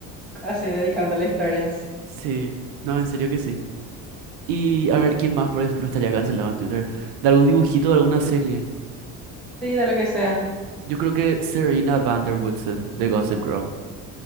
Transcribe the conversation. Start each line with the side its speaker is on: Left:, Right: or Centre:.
Centre: Así dedicándole historias.
Right: Sí, no, en serio que sí. Y a ver quién más, por ejemplo, estaría cancelado en Twitter. De algún dibujito, de alguna serie.
Centre: Sí, de lo que sea.
Right: Yo creo que Serena Vanderwoodsen de Gossip Girl.